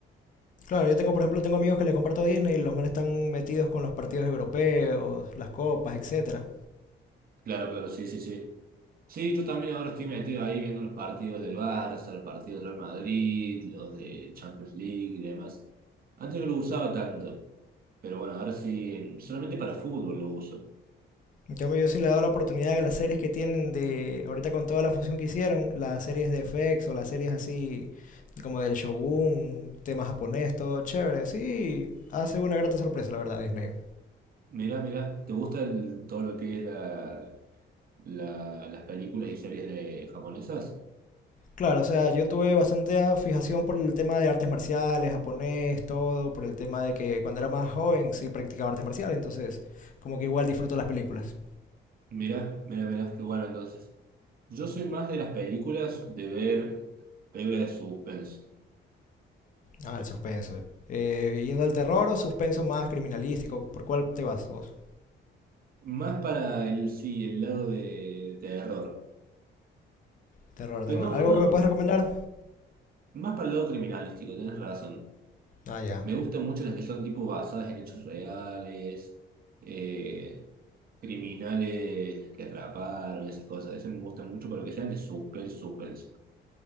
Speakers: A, on the left; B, on the right.
A: Claro, yo tengo, por ejemplo, tengo amigos que les comparto Disney y los manes están metidos con los partidos europeos, las copas, etcétera.
B: Claro, claro, sí, sí, sí. Sí, yo también ahora estoy metido ahí viendo los partidos del Barça, los partidos del Real Madrid, los de Champions League y demás. Antes no lo usaba tanto, pero bueno, ahora sí, en- solamente para fútbol lo uso.
A: En cambio, yo sí le he dado la oportunidad a las series que tienen de, ahorita con toda la fusión que hicieron, las series de FX o las series así como del Shogun, tema japonés, todo chévere. Sí, hace una grata sorpresa, la verdad, Disney.
B: Mirá, mirá, ¿te gusta el- todo lo que es la, la- las películas y series de japonesas?
A: Claro, o sea, yo tuve bastante ah, fijación por el tema de artes marciales, japonés, todo, por el tema de que cuando era más joven sí practicaba artes marciales, entonces como que igual disfruto las películas.
B: Mirá, mirá, mirá, qué bueno entonces. Yo soy más de las películas, de ver películas de suspense.
A: Ah, el suspenso. Eh, yendo al terror o suspenso más criminalístico, ¿por cuál te vas vos?
B: Más para el, sí, el lado de, de terror.
A: Terror, terror.
B: Pero no,
A: ¿Algo que
B: no,
A: me puedas recomendar?
B: Más para el lado criminalístico, tienes razón.
A: Ah, ya.
B: Me gustan mucho las que son tipo basadas en hechos reales, eh, criminales que atraparon, esas cosas. Eso me gusta mucho, pero que sean de suspenso, suspenso.